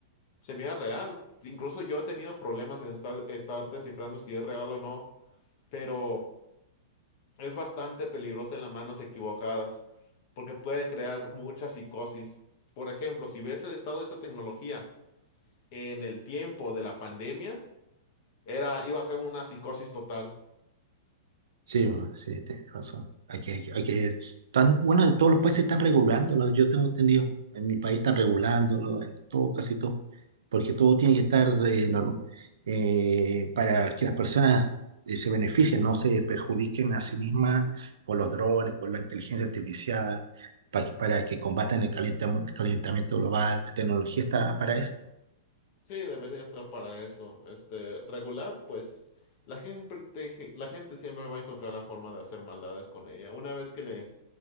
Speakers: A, on the left; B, on the right.
A: se mira real. Incluso yo he tenido problemas en estar, estar descifrando si es real o no pero es bastante peligrosa en las manos equivocadas, porque puede crear mucha psicosis. Por ejemplo, si hubiese estado esa tecnología en el tiempo de la pandemia, era, iba a ser una psicosis total.
B: Sí, bueno, sí, tienes razón. Hay que, hay que, hay que- tan, bueno, en todos los países están regulándolo, yo tengo entendido. En mi país están regulándolo, en todo, casi todo. Porque todo tiene que estar eh, norm- eh, para que las personas eh, se beneficien, no se perjudiquen a sí mismas con los drones, con la inteligencia artificial, pa- para que combatan el calentamo- calentamiento global. La tecnología está para eso.
A: Sí, debería estar para eso. Este, regular, pues la gente, te- la gente siempre va a encontrar la forma de hacer maldades con ella. Una vez que le